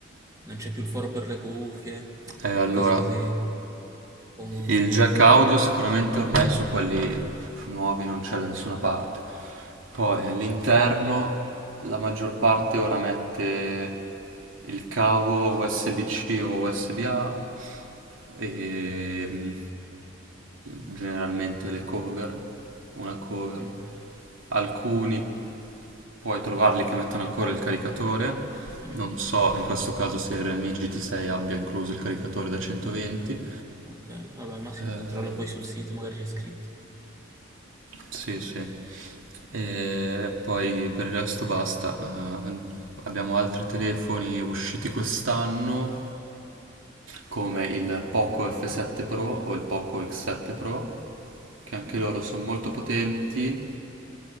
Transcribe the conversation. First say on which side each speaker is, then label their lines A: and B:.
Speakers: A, on the right (about 15°); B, on the right (about 85°).
A: non c'è più il foro per le cuffie
B: Eh, allora,
A: e cose così. Un po' una-
B: Il jack
A: un-
B: audio sicuramente ormai su quelli nuovi non c'è da nessuna parte. Poi all'interno la maggior parte ora mette il cavo USB-C o USB-A e mm, generalmente le cover, una cover.
A: mm.
B: Alcuni puoi trovarli che mettono ancora il caricatore.
A: Mm,
B: Non so
A: Ok,
B: in questo caso se il Realme GT6 abbia incluso il caricatore da 120.
A: ok, vabbè, al massimo
B: Eh,
A: controllo poi sul sito, magari c'è scritto.
B: Sì, sì. E poi per il resto basta. Eh, abbiamo altri telefoni usciti quest'anno, come il Poco F7 Pro o il Poco X7 Pro, che anche
A: Mm?
B: loro sono molto potenti,